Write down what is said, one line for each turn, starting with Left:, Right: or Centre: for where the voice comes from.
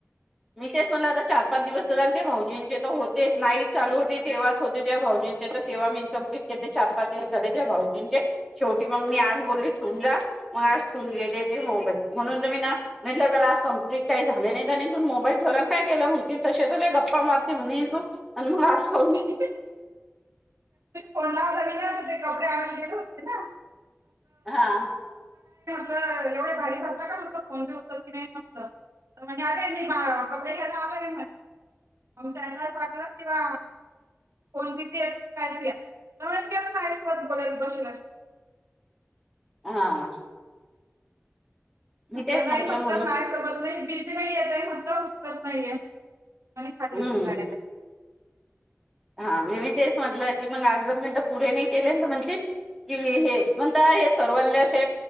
Centre: मी तेच म्हला आता चार पाच दिवस झाले ते भाऊजींचे तर होतेच नाईट चालू होते तेव्हाच होते ज भाऊजींचे तर तेव्हा मी इनकमप्लीट चार पाच दिवस झाले ज भाऊजींचे शेवटी मग मी आज बोलली ठून जा मग आज ठून गेले ते मोबाईल म्हणून त मी ना म्हंटलं जर आज कम्प्लीट काही झाले नाही तरथ मोबा बैठे काय केलं म्हणती त त गप्पा मारती म्ह तू आणि मग काऊन
Right: ह कोणाला कपडे आण गेले होते ना
Centre: हा
Right: एवढ घाडी झाातला कात फोन उचल की नाही फक्त म्हणर कपडे घ्यायला आलाय म्हणे चॅ वाटला किंवा कोणतीती काय त्या काय बल बसेल
Centre: हा मी
Right: आपलं
Centre: तेच
Right: नाही
Centre: म्हंटलं
Right: फक्त
Centre: म्हणून
Right: माय सोबत नाही <unintelligible> <unintelligible> <unintelligible>
Centre: हम्म हा मी मी तेच म्हटलं की मग आज जर म्हण पुढे नाही केले. तर म्हणतील की हे म्हणता हे सर्वांना असे